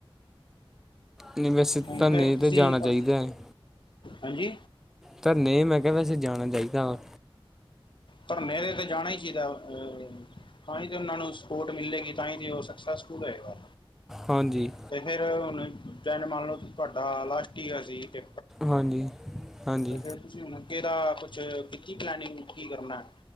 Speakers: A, in the centre; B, on the left (about 60°).
A: ਨਿਵੈਸਤ
B: ਹੁਣ
A: ਧੰਨੇ
B: ਫਿਰ
A: ਤੇਤੇ
B: ਤੁਸੀਂ
A: ਜਾਣਾ ਚਾਹੀਦਾ
B: ਅ-
A: ਹੈ
B: ਹਾਂਜੀ
A: ਤਾਂ ਨਹੀਂ ਮੈਂ ਕਿਹਾ ਵੈਸੇ ਜਾਣਾ ਚਾਹੀਦਾ ਵ
B: ਪਰ ਨੇੇਰੇ ਤੇ ਜਾਣਾ ਹੀ ਸੀਗਾ ਅ ਤਾਂ ਹੀ ਤੇ ਉਹਨਾਂ ਨੂੰ ਸਪੋਰਟ ਮਿਲੇਗੀ ਤਾਂ ਹੀ ਤੇ ਉਹ ਸਕਸੈਸਫੁਲ ਹੋਏਗਾ
A: ਹਾਂਜੀ
B: ਅਤੇ ਫਿਰ ਹੁਣ ਜੈਨ ਮੰਨ ਲਓ ਤੁਹਾਡਾ ਲਾਸਟ ਹੀਆ ਸੀ ਅਤੇ
A: ਹਾਂਜੀ ਹਾਂਜੀ
B: ਫਿਰ ਤੁਸੀਂ ਹੁ ਕਿਦਾ ਕੁਛ ਕੀਤੀ ਪਲਨਿੰਗ ਕੀ ਕਰਨਾ